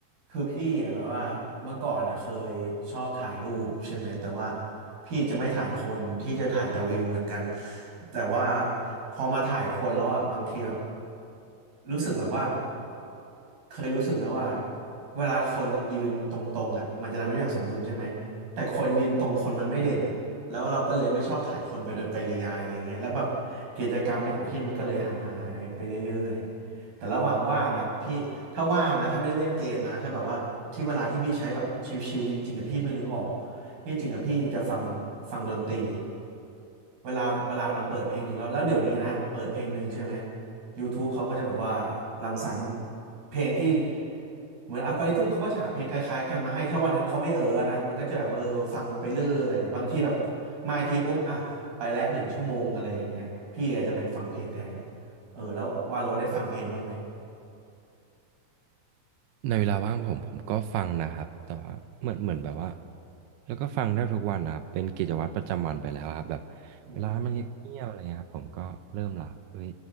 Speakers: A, on the right; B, on the right.
A: คือพี่แบบว่า เมื่อก่อนนะเคยชอบถ่ายรูปใช่ไหมแต่ว่าพี่จะไม่ถ่ายคนที่จะถ่ายแต่วิวเหมือนกันแต่ว่าพอมาถ่ายคนแล้วอ่ะบางทีแบบรู้สึกแบบว่าเคยรู้สึกไหมว่าเวลาคนยืนตรงๆอ่ะมันจะทำให้ทุกอย่างสมดุลใช่ไหมแต่คนยืนตรงคนมันไม่เด่นอ่ะ แล้วเราก็เลยไม่ชอบถ่ายคนไปโดยปริยายอะไรเงี้ยแล้วแบบกิจกรรมนี้ของพี่มันก็เลยห่างหายไปเรื่อยๆแต่ระหว่างว่างอ่ะพี่ถ้าว่างนะถ้าไม่ได้เล่นเกมนะถ้าแบบว่าที่เวลาที่พี่ใช้แบบชิลๆจริงๆอ่ะพี่เพิ่งนึกออกที่จริงอ่ะพี่จะฟังฟังดนตรีเวลาเวลามันเปิดเพลงหนึ่งแล้วแล้วเดี๋ยวนี้นะเปิดเพลงหนึ่งใช่ไหม YouTube เขาก็จะแบบว่ารังสรรค์เพลงที่เหมือนอัลกอริทึมเขาก็จะหาเพลงคล้ายๆกันมาให้ถ้าวันนั้นเขาไม่เออนะมันก็จะแบบว่าเออฟังไปเรื่อยบางทีแบบมาอีกทีปุ๊บอ่ะไปแล้วหนึ่งชั่วโมงอะไรอย่างเงี้ยพี่อาจจะเป็นฟังเพลงแทนเออแล้ววาโลได้ฟังเพลงบ้างไหม
B: ในเวลาว่างผมผมก็ฟังนะครับแต่ว่าเหมือนเหมือนแบบว่าแล้วก็ฟังได้ทุกวันนะครับเป็นกิจวัตรประจำวันไปแล้วครับแบบ
A: อืม
B: เวลามันเงียบๆอะไรเงี้ยครับผมก็เริ่มละเอ้ย